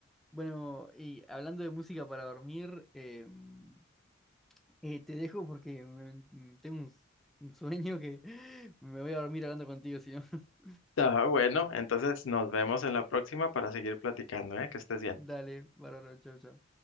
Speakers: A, in the centre; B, on the left.
A: Bueno, y hablando de música para dormir, em, eh, te dejo porque me- mm, tengo un, un sueño que <laughs> me voy a dormir hablando contigo, si no. <laughs>
B: Ah, bueno, entonces nos vemos en la próxima para seguir platicando, ¿eh? Que estés bien.
A: Dale, bárbaro, chau, chau.